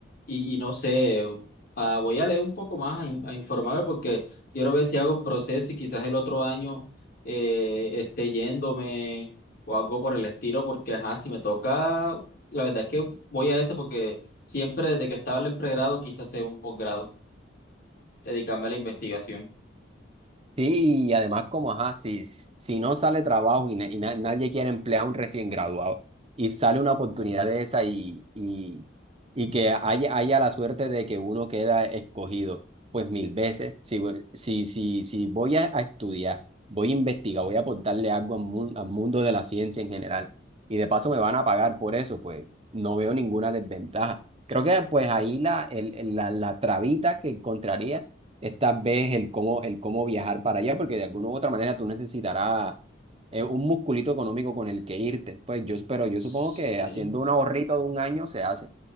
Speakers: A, on the left; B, on the right.
A: y, y no sé, ah, voy a leer un poco más a, in- a informarme porque quiero ver si hago el proceso y quizás el otro año eh, esté yéndome o algo por el estilo porque, ajá, si me toca... La verdad es que voy a eso porque siempre desde que estaba en el pregrado quise hacer un posgrado, dedicarme a la investigación.
B: Sí, y además como, ajá, si, si no sale trabajo y, na- y na- nadie quiere emplear a un recién graduado y sale una oportunidad de esa y, y, y que haya, haya la suerte de que uno queda escogido, pues mil veces, si, voy- si, si, si voy a, a estudiar, voy a investigar, voy a aportarle algo al, mun- al mundo de la ciencia en general y de paso me van a pagar por eso, pues no veo ninguna desventaja. Creo que pues ahí la, el, el- la, la trabita que encontraría esta vez el cómo, el cómo viajar para allá, porque de alguna u otra manera tú necesitarás eh, un musculito económico con el que irte. Pues yo, pero yo
A: Sí,
B: supongo que haciendo un ahorrito de un año se hace,